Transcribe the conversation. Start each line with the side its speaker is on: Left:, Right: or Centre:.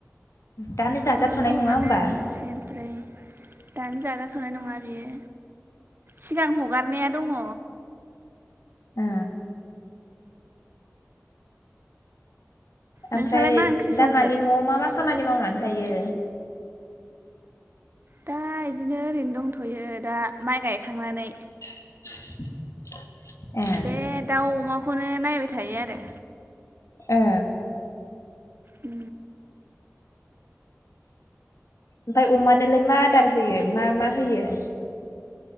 Left: दानो
Right: माबाल'सो
Left: जाजाथ'नाय नङा
Right: हगारदों
Left: होमबा
Right: सेरब्रै दानो जाजाथ'नाय नङा बियो सिगां हगारनाया दङ
Left: ओ ओमफ्राय
Right: नोंसालाय मा ओंख्रि
Left: दा
Right: संखो?
Left: मानि न'आव मा मा खामानि मावनानै थायो
Right: दा बिदिनो ओरैनो दंथ'यो दा माइ गायखांनानै
Left: <inaudible> ए
Right: बे दाउ अमाखौनो नायबाय थायो आरो
Left: ए
Right: उ
Left: ओमफ्राय अमानोलाय मा आदार होयो मा मा होयो